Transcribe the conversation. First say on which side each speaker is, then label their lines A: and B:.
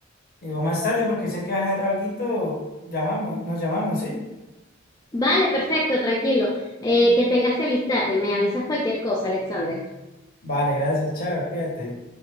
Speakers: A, on the left; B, on the left.
A: eh, o más tarde, porque sé que vas a hacer alguito, llamamos, nos llamamos, ¿sí?
B: Vale, perfecto, tranquilo. Eh, que tengas feliz tarde. Me avisas cualquier cosa, Alexander.
A: Vale, gracias, chao, cuídate.